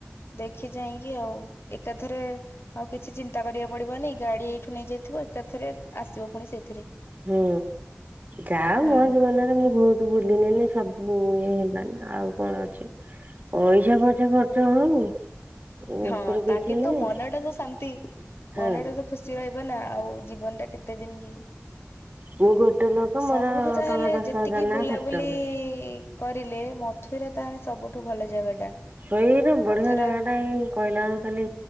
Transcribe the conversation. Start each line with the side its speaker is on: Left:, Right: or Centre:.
Left: ଦେଖି ଚାହିଁକି ଆଉ ଏକାଥରେ ଆଉ କିଛି ଚିନ୍ତା କରିବାକୁ ପଡିବନି। ଗାଡି ଏଇଠୁ ନେଇଯାଇଥିବ ଏକାଥରେ ଆସିବ ପୁଣି ସେଇଥିରେ।
Right: ହୁଁ ଗାଁ
Left: ହୁଁ।
Right: ଗହଳି ଜୀବନରେ ମୁଁ ବହୁତ ବୁଲିଲିନି ସବୁ ଇଏ ହେଲାନି ଆଉ କଣ ଅଛି। ପଇସା ପଛେ ଖର୍ଚ୍ଚ ହଉ ସେଥିରେ
Left: ହଁ
Right: କିଛି
Left: ତା କିନ୍ତୁ
Right: ନାହିଁ
Left: ମନଟା ତ ଶାନ୍ତି
Right: ହଁ
Left: ମନଟା ତ ଖୁସି ରହିବ ନା ଆଉ ଜୀବନ ଟା କେତେ ଦିନ କି?
Right: ମୁଁ ଗୋଟେ ଲୋକ
Left: ସବୁଠୁ
Right: ମୋର
Left: ତାହେଲେ
Right: ଟଙ୍କା ଦଶ
Left: ଯେତିକି
Right: ହଜାର ଲେଖା
Left: ବୁଲାବୁଲି
Right: ଖର୍ଚ୍ଚ ହୁଏ।
Left: କରିଲେ, ମଥୁରା ତାହେଲେ ସବୁଠୁ ଭଲ ଜାଗା ଟା!
Right: ସେଇଟା ବଢିଆ
Left: ମଥୁରା
Right: ଜାଗାଟା ଏଇ କହିଲା ବେଳକୁ ଖାଲି